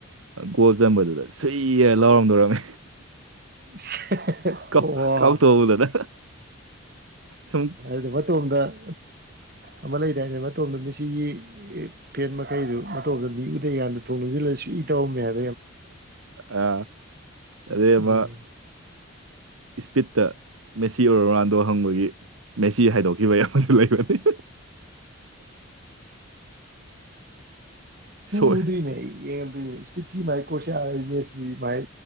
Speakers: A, on the right; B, on the right.
A: ꯀꯣꯜ ꯆꯟꯝꯕꯗꯨꯗ ꯁꯨꯏꯔ ꯂꯥꯎꯔꯝꯗꯣꯔꯔꯝꯃꯦ
B: <unintelligible>
A: ꯀ
B: ꯑꯣ
A: ꯀꯥꯎ ꯊ ꯍꯕꯨꯗꯗ ꯁ
B: ꯑꯗꯨꯗꯣ ꯃꯇꯣꯝꯗ ꯑꯃ ꯂꯩꯗꯥ ꯍꯥꯏꯇꯥ ꯃꯇꯣꯝꯗ ꯃꯤꯁꯤꯒꯤ ꯑꯦ ꯐꯦꯟ ꯃꯈꯩꯗꯨ ꯃꯇꯣꯝꯗ ꯅꯤ ꯎꯗꯩ ꯌꯥꯝꯅ ꯊꯣꯡ ꯂꯁꯤꯜꯂꯁꯨ ꯏ ꯇꯧꯔꯝꯃꯦ ꯍꯥꯏꯕ
A: ꯑ ꯑꯦ
B: ꯎꯝ
A: ꯃꯥ ꯏꯁ꯭ꯄꯤꯠꯇ ꯃꯦꯁꯤ ꯑꯣꯏꯔꯣ ꯔꯣꯅꯥꯜꯗꯣ ꯍꯪꯕꯒꯤ ꯅꯁꯤ ꯍꯥꯏꯗꯣꯛꯈꯤꯕ ꯌꯥꯝꯁꯨ ꯂꯩꯕꯅꯦ ꯁꯣꯛꯑꯦ
B: ꯑꯣꯗꯅ ꯌꯦ ꯀꯤ ꯃꯥꯥꯏ ꯀꯣꯠꯁꯦ ꯌꯥꯔ ꯑꯩ ꯃꯦꯁꯇ꯭ꯔꯤ ꯃꯥꯥꯏ